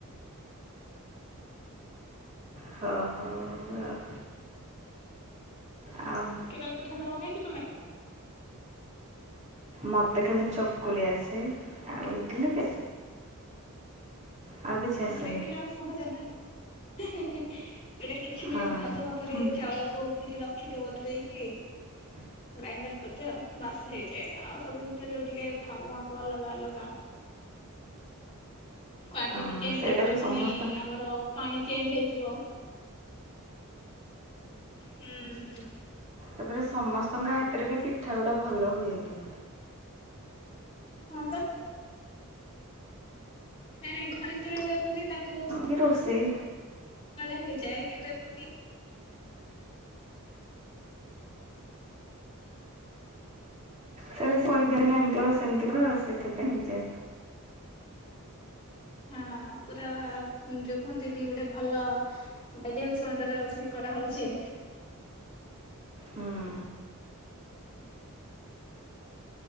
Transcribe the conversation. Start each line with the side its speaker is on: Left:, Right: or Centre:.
Right: ହଁ ହଁ। ଆଉ
Left: କେଦାର ପଠେଇଦେବନି କି ତୁମେ‌।
Right: ମତେ ଖାଲି ଚକୁଳି ଆସେ ଆଉ ଇଟିଲୀ କେ ଆଉ କିଛି
Left: ହଁ
Right: ଆସେନି
Left: ସେଇଦିଟା ଯାଙ୍କ ସହଜ ନା ହେଁ ହେଁ ହେଁ ସେଇଟା କିଛି
Right: ହଁ
Left: ନାହିଁ ଭାବ ମାପରେ
Right: ହୁଁ
Left: ଚାଉଳକୁ ବିରି ରଖିଦିଅ ବତୁରେଇ କି
Right: ହ
Left: ଗ୍ରାଇଣ୍ଡର କରିଦିଅ ବାସ ହେଇଯାଏ। ଆଉ ସବୁ ଜିନିଷ ଯୋଉ ଟିକେ ଭାବ ମାପ ଅଲଗା ଅଲଗା। କ୍ଵଣ୍ଟିଟି
Right: ହଁ
Left: ଚେଞ୍ଜ
Right: ସେଇଟା
Left: ହେଇଗଲେ
Right: ବି
Left: ପୁଣି
Right: ସମସ୍ତଙ୍କ
Left: ଆମର ପାଣି ଚେଞ୍ଜ ହେଇଯିବ ହୁଁ ହୁଁ।
Right: ତାପରେ ସମସ୍ତଙ୍କ ହାତରେ ବି ପିଠାଗୁଡା ଭଲ ହୁଏନି।
Left: ହଁ ବା। ନା ନାଇ ଘରେ ଯେତେଳେ କରନ୍ତି ତାଙ୍କୁ
Right: ବି ରୋଷେଇ
Left: କାଳେ ହେଇଯାଏ କିନ୍ତୁ ଏପିନି
Right: ସେତେଳେ କହିଦେବେ ନା ଏମିତି କର ସେମିତି କର ସେଥିପାଇଁ ହେଇଯାଏ।
Left: ହଁ ପୁରା ଯୋଉ କହନ୍ତିନି ଗୋଟେ ଭଲ ଗାଇଡନ୍ସ ଅଣ୍ଡର ବସି କରାହେଉଛି।
Right: ହୁଁ